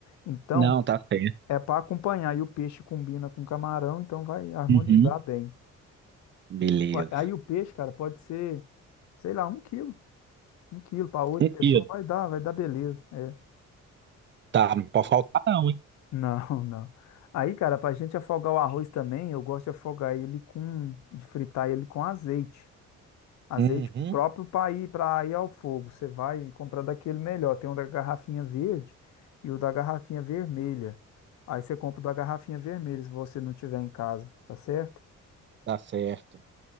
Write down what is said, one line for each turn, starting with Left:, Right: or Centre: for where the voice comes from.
Left: Então,
Right: Não, tá certo.
Left: é pra acompanhar. E o peixe combina com camarão, então vai harmonizar
Right: Uhum.
Left: bem.
Right: Beleza.
Left: Ó, Aí o peixe, cara, pode ser, sei lá, um quilo. Um quilo para oito
Right: Um
Left: pessoas
Right: quilo.
Left: vai dar, vai dar beleza. É.
Right: Tá, não pode faltar não, hein?
Left: <laughs> Não, não. Aí, cara, pra gente afogar o arroz também, eu gosto de afogar ele com, de fritar ele com azeite. Azeite
Right: Uhum.
Left: próprio para ir, para ir ao fogo. Você vai comprar daquele melhor. Tem um da garrafinha verde e o da garrafinha vermelha. Aí você compra o da garrafinha vermelha se você não tiver em casa, tá certo?
Right: Tá certo.